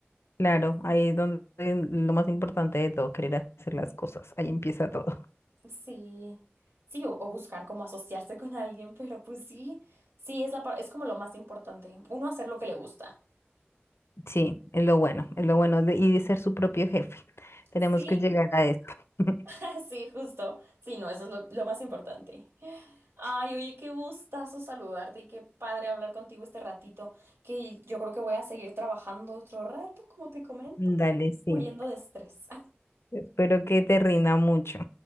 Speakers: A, on the left (about 80°); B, on the right (about 75°).
A: Claro, ahí es donde lo más importante de todo, querer hacer las cosas, ahí empieza todo. <laughs>
B: Sí, sí, o, o buscar como asociarse con alguien, pero pues sí, sí, es la, par- es como lo más importante, uno hacer lo que le gusta.
A: Sí, es lo bueno, es lo bueno de, y de ser su propio jefe. Tenemos
B: Sí,
A: que llegar a eso. <laughs>
B: <laughs> Sí, justo. Sí, no, eso es lo, lo más importante. Ay, oye, qué gustazo saludarte y qué padre hablar contigo este ratito, que yo creo que voy a seguir trabajando otro rato, como te comento,
A: Dale, sí.
B: muriendo de estrés.
A: Espero que te rinda mucho.